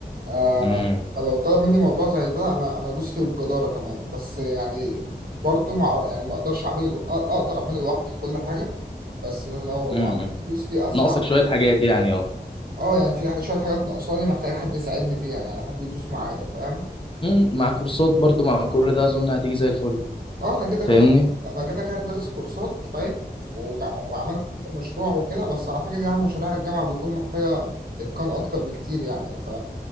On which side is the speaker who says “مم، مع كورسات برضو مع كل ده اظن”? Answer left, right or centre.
Left